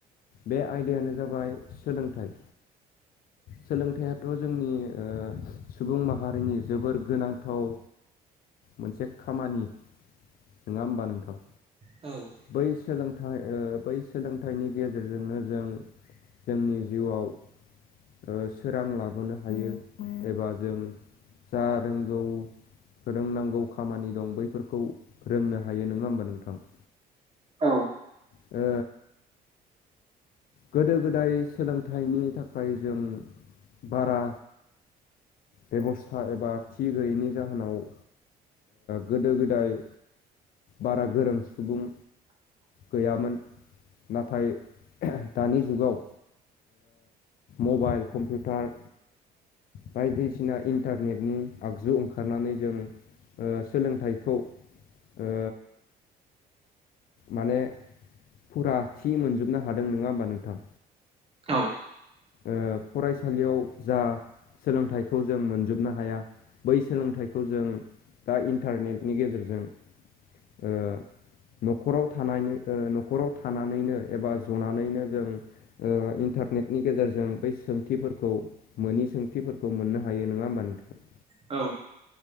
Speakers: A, on the left (about 60°); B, on the right (about 35°).
A: बे आयदायानो जाबाय सोलोंथाइ सोलोंथाइथ' जोंनि ओ सुबुं माहारिनि जोबोर गोनांथाव मोनसे खामानि नङा होमबा नोंथां
B: औ।
A: बै सोलोंथाइ ओ बै सोलोंथाइनि गेजेरजोंनो जों जोंनि जिउआव ओ सोरां लाबोनो हायो एबा जों जा रोंगौ फोरोंनांगौ खामानि दं बैफोरखौ रोंनो हायो नङा होमबा नोंथां?
B: औ
A: ओ गोदो गोदाय सोलोंथाइनि थाखाय जों बारा बेब'स्था एबा थि गैयैनि जाहोनाव गोदो गोदाय बारा गोरों सुबुं गैयामोन नाथाय दानि जुगाव मबाइल कम्पिउटार बायदिसिना इन्टारनेटनि आगजु ओंखारनानै जों ओ सोलोंथाइखौ ओ माने फुरा थि मोनजोबनो हादों नङा होमबा नोंथां?
B: औ
A: ओ फरायसालियाव जा सोलोंथाइखौ जों मोनजोबनो हाया बै सोलोंथाइखौ जों दा इन्टारनेटनि गेजेरजों ओ न'खराव न'खराव थानानैनो ओ एबा जनानैनो जों ओ इन्टारनेट नि गेजेरजों बै सोंथिफोरखौ मोनोनि सोंथिफोरखौ मोननो हायो नङा होमबा नोंथां?
B: औ